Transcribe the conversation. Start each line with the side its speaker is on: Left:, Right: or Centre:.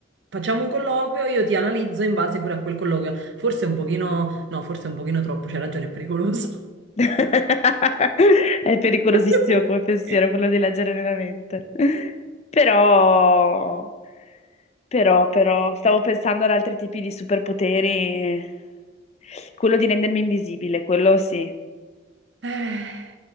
Right: facciamo un colloquio, io ti analizzo in base pure a quel colloquio. Forse un pochino, no, forse un pochino troppo, c'è ragione, è pericoloso.
Left: <laughs> È pericolosissimo
Right: <laughs>
Left: come pensiero quello di leggere nella mente. Però, però, però, stavo pensando ad altri tipi di superpoteri. Quello di rendermi invisibile, quello sì.
Right: Eh,